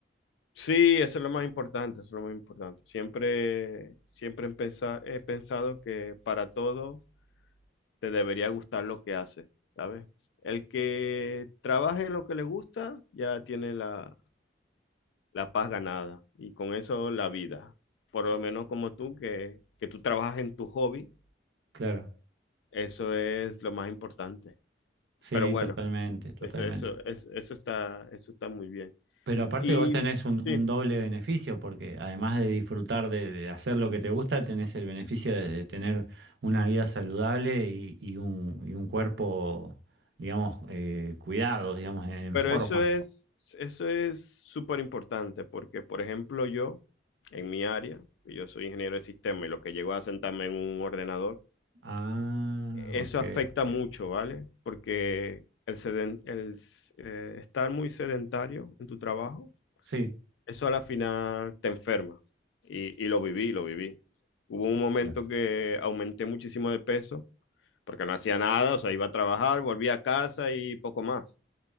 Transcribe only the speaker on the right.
Claro,
sí,
totalmente, totalmente.
Pero aparte
vos tenés un,
un doble beneficio, porque además de disfrutar de, de hacer lo que te gusta, tenés el beneficio de, de tener una vida saludable y, y un, y un cuerpo, digamos, eh, cuidado, digamos, en, en
forma.
Ah,
ok.
Sí,
claro,